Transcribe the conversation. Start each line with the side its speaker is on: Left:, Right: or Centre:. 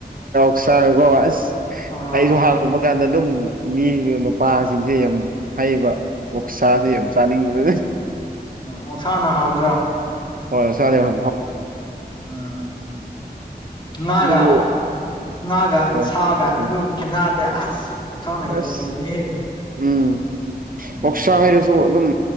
Right: ꯁꯥꯔꯒꯣ ꯑꯁ
Left: ꯑꯥ
Right: ꯑꯩꯁꯨ ꯍꯥꯡꯕ ꯀꯥꯟꯗ ꯑꯗꯨꯝ ꯃꯤ ꯅꯨꯄꯥꯁꯤꯡꯁꯦ ꯌꯥꯝ ꯍꯥꯏꯩꯌꯦꯕ ꯑꯣꯛꯁꯥꯁꯦ ꯌꯥꯝ ꯆꯥꯅꯤꯡꯕ
Left: ꯃꯁꯥꯅ ꯍꯥꯎꯗ꯭ꯔꯥ
Right: ꯍꯣꯏ ꯆꯅꯦꯦ ꯍ
Left: ꯑꯥ ꯉꯥꯒ
Right: ꯑꯗꯨꯕꯨ
Left: ꯉꯥꯒ
Right: ꯍꯣꯏ
Left: ꯁꯥꯒ
Right: ꯎꯝ
Left: ꯑꯗꯨ ꯈꯦꯠꯅꯗꯦ ꯑꯁ ꯑꯣꯊꯥꯅ ꯍꯦꯜꯂꯤꯍꯦ
Right: ꯑꯁ ꯎꯝ
Left: ꯎꯝ
Right: ꯑꯣꯣꯛꯁꯥ ꯍꯥꯏꯔꯁꯨ ꯑꯗꯨꯝ